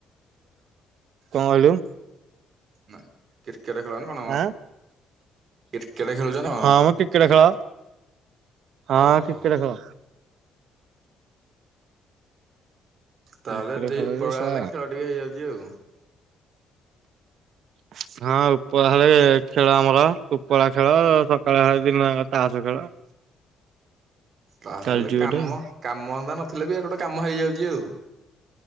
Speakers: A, on the right (about 60°); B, on the right (about 40°).
A: କଣ କହିଲୁ?
B: ନା କ୍ରିକେଟ ଖେଳ ନା କଣ?
A: ଆଁ
B: କ୍ରିକେଟ ଖେଳୁଛ ନା କଣ?
A: ହଁ ମ କ୍ରିକେଟ ଖେଳ ହଁ
B: ଓହୋ।
A: କ୍ରିକେଟ ଖେଳ। କ୍ରିକେଟ
B: ତାହେଲେ ଦି
A: ଖେଳରେ
B: ଉପରବେଳା
A: ସା
B: ହେଲେ, ଖେଳ ଟିକେ ହେଇଯାଉଛି ଆଉ।
A: <inaudible> ହଁ ଉପରବେଳା ହେଲେ ଖେଳ ଆମର, ଉପରବେଳା ଖେଳ ସକାଳ ହେଲେ ଦିନଯାକ ତାସ ଖେଳ। <inaudible>
B: ତାହେଲେ
A: ଚାଲିଚି ଗୋଟେ
B: କାମ,
A: ଆଉ।
B: କାମ ଧନ୍ଦା ନଥିଲେ ବି ଆଡେ ଗୋଟେ କାମ ହେଇଯାଉଛି ଆଉ।